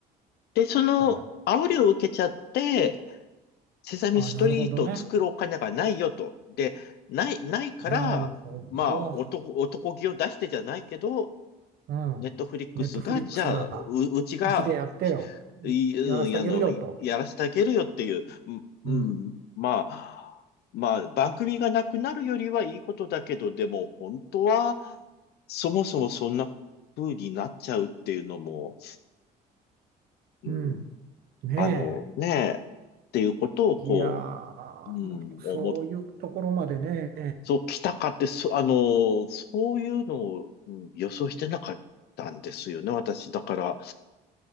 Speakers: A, on the left; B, on the right.
A: で、その煽りを受けちゃって、
B: ー、はい。
A: セサミストリートを作るお金がないよと。
B: ああ、なるほどね。
A: で、ない、ないから、
B: なるほど。
A: まあ、男、男気を出してじゃないけど、
B: うん。
A: ネットフリックスが、
B: ネットフリックスが、
A: じゃあ、う、うちが、
B: うちでやってよ。
A: い、うあの、
B: いやらしてあげるよと。
A: やらせてあげるよっていう、うん、
B: うん、
A: うんまあ、まあ、番組がなくなるよりはいいことだけど、でも、本当は、そもそもそんな風になっちゃうっていうのも、うん、
B: うん。ねえ。
A: あの、ねえ、っていうことを、
B: いやー、
A: こう、うん、
B: もうそういうところまでね、
A: 思っそう、来たかって、そ、あの、そういうのを、うん予想してなかったんですよね、私。だから、